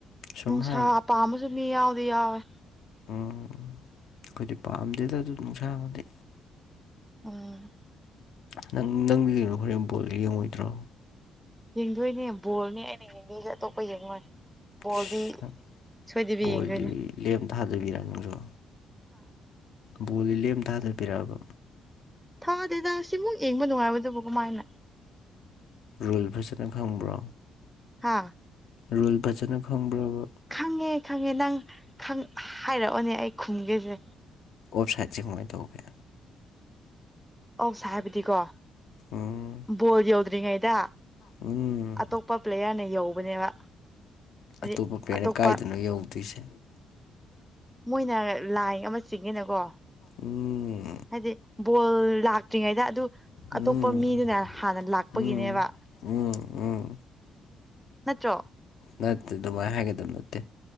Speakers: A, on the left; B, in the centre.
A: ꯁꯨꯝ
B: ꯅꯨꯡꯁꯥ
A: ꯍꯥꯏꯅꯤ
B: ꯑꯄꯥꯝꯕꯁꯨ ꯃꯤ ꯌꯥꯎꯗꯤ ꯌꯥꯎꯋꯦ
A: ꯎꯝ ꯑꯩꯈꯣꯏꯗꯤ ꯄꯥꯝꯗꯦꯗ ꯑꯗꯨ ꯅꯨꯡꯁꯥꯡꯒꯅꯤ
B: ꯎꯝ
A: ꯅꯪ ꯅꯪꯗꯤ ꯀꯩꯅꯣ ꯍꯣꯔꯦꯟ ꯕꯣꯜꯗ ꯌꯦꯡꯉꯣꯏꯗ꯭ꯔꯣ
B: ꯌꯦꯡꯗꯣꯏꯅꯦ ꯕꯣꯜꯅꯦ ꯑꯩꯅ ꯌꯦꯡꯗꯣꯏꯁꯦ ꯑꯇꯣꯞꯄ ꯌꯦꯡꯉꯣꯏ ꯕꯣꯜꯗꯤ
A: ꯑꯁ
B: ꯁꯣꯏꯗꯕꯤ
A: ꯕꯣꯜꯗꯤ
B: ꯌꯦꯡꯗꯣꯢꯅꯤ
A: ꯂꯦꯝ ꯊꯥꯗꯕꯤꯔ ꯅꯪꯁꯨ ꯕꯣꯗꯤ ꯂꯦꯝ ꯊꯥꯗꯕꯤꯔꯕ
B: ꯊꯥꯗꯦꯗ ꯁꯤꯃꯨꯛ ꯌꯦꯡꯕ ꯅꯨꯡꯉꯥꯏꯕꯗꯨꯕꯨ ꯀꯃꯥꯏꯅ
A: ꯔꯨꯜ ꯐꯖꯅ ꯈꯪꯕ꯭ꯔꯣ
B: ꯍꯥ
A: ꯔꯨꯜ ꯐꯖꯅ ꯈꯕ꯭ꯔꯕ
B: ꯈꯪꯉꯦ ꯈꯪꯉꯦ ꯅꯪ ꯍꯥꯏꯔꯛꯑꯣꯅꯦ ꯑꯩ ꯈꯨꯝꯒꯦꯁꯦ
A: ꯋꯦꯞꯁꯥꯏꯠꯁꯦ ꯀꯃꯥꯏꯅ ꯇꯧꯒꯦ
B: ꯑꯧ ꯁꯥ ꯍꯥꯏꯕꯗꯤꯀꯣ
A: ꯎꯝ
B: ꯕꯣꯜ ꯌꯧꯗ꯭ꯔꯤꯉꯩꯗ
A: ꯎꯝ
B: ꯑꯇꯣꯞꯄ ꯄ꯭ꯂꯦꯌꯥꯔꯅ ꯌꯧꯕꯅꯦꯕ ꯍꯥꯏꯗꯤ
A: ꯑꯇꯣꯞꯄ ꯄꯦꯔꯦꯟ
B: ꯑꯇꯣꯞꯄ
A: ꯀꯥꯏꯗꯅꯣ ꯌꯧꯗꯣꯏꯁꯦ
B: ꯃꯣꯏꯅ ꯂꯥꯏ ꯑꯃ ꯆꯤꯡꯉꯦꯅꯀꯣ
A: ꯎꯝ
B: ꯍꯥꯏꯗꯤ ꯕꯣꯜ ꯂꯥꯛꯇ꯭ꯔꯤꯉꯩꯗ ꯑꯗꯨ
A: ꯎꯝ
B: ꯑꯇꯣꯞꯄ ꯃꯤꯗꯨꯅ ꯍꯥꯟꯅ ꯂꯥꯛꯄꯒꯤꯅꯦꯕ
A: ꯎꯝ ꯎꯝ ꯎꯝ
B: ꯅꯠꯇ꯭ꯔꯣ
A: ꯅꯠꯇꯦ ꯑꯗꯨꯃꯥꯏꯅ ꯍꯥꯏꯒꯗꯕ ꯅꯠꯇꯦ